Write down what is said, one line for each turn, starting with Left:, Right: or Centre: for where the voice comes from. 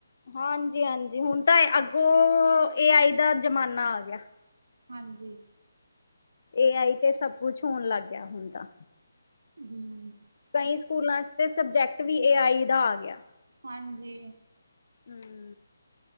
Left: ਹਾਂਜੀ -ਹਾਂਜੀ ਹੁਣ ਤਾਂ ਇਹ ਅੱਗੋਂ, ਏ ਆਈ ਦਾ ਜ਼ਮਾਨਾ ਆ ਗਿਆ।
Right: ਹਾਂਜੀ।
Left: ਏ ਆਈ ਤੇ ਸਭ ਕੁਛ ਹੋਣ ਲੱਗ ਗਿਆ ਹੁਣ ਤਾਂ।
Right: ਹੂੰ।
Left: ਕਈ
Right: ਹੁਣੇ
Left: ਸਕੂਲਾਂ 'ਚ ਤੇ ਸਬਜੈਕਟ ਵੀ ਏ ਆਈ ਦਾ ਆ ਗਿਆ।
Right: ਹਾਂਜੀ।
Left: ਹੂੰ।